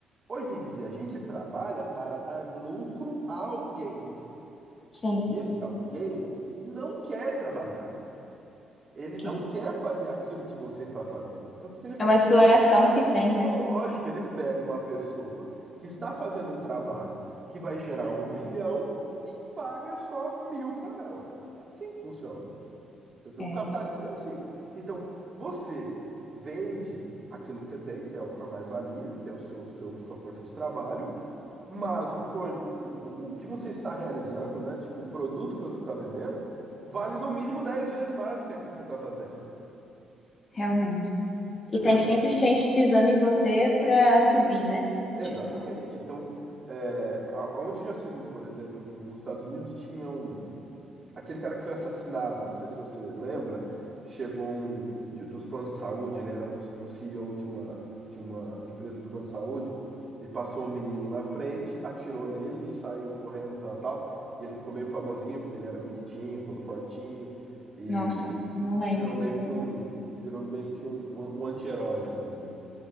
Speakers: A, on the right; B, on the left.
A: Hoje em dia, a gente trabalha para dar lucro a alguém.
B: Sim.
A: E esse alguém não quer trabalhar. Ele não
B: É.
A: quer fazer aquilo que você está fazendo. Então, o que que ele faz?
B: É uma exploração que tem, né?
A: Lógico, ele pega uma pessoa que está fazendo um trabalho que vai gerar um milhão e paga só mil para ela. É assim que funciona. entendeu?
B: É,
A: O capitalismo é assim. Então, você vende aquilo que você tem, que é a mais-valia, que é o seu, seu- sua força de trabalho, mas o, pro- o, o, o que você está realizando, né? Tipo, o produto que você está vendendo, vale no mínimo 10 vezes mais do que aquilo que você está fazendo.
B: realmente.
A: Entendeu?
B: E tem sempre gente pisando em você pra subir, né?
A: Exatamente.
B: Tipo,
A: Então, é, a- aonde já se viu, por exemplo, no- nos Estados Unidos, tinha um, aquele cara que foi assassinado, não sei se você lembra, chegou um, de- dos planos de saúde, ele era um, um CEO de uma, de uma empresa de plano de saúde, e passou um menino na frente, atirou nele e saiu correndo, tal, tal, e ele ficou meio famosinho, porque ele era bonitinho, todo fortinho, e,
B: nossa,
A: e fi-
B: não lembro
A: virou
B: disso
A: meio
B: daí,
A: que um,
B: não.
A: virou meio que um, um um anti-herói, assim, né?